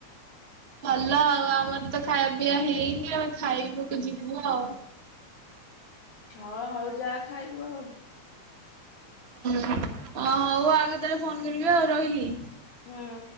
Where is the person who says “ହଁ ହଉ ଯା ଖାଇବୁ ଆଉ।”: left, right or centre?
Left